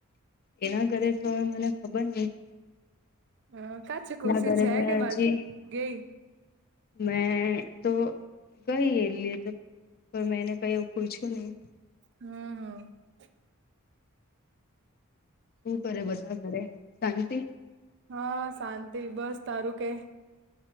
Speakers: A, on the left (about 45°); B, on the right (about 55°).
A: એના ઘરે તો મને ખબર નહીં.
B: હ કા છે ખુશી
A: ઘરે
B: છે
A: મેં
B: કે બાજુ
A: હજી
B: ગઈ?
A: મેં તો ગઈ એલી તો પણ મેંને કઈ એ પૂછ્યું નહી.
B: હમ્મ હમ્મ.
A: હુ કરે બધા ઘરે શાંતિ?
B: હા શાંતિ બસ તારું કે?